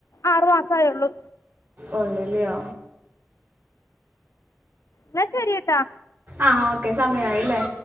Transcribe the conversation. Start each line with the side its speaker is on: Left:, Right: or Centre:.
Left: ആറു മാസായുള്ളൂ
Right: ഒള്ളില്യോ
Left: എന്ന ശരിട്ടാ
Right: ആഹ് ഓക്കെ സമയായില്ലേ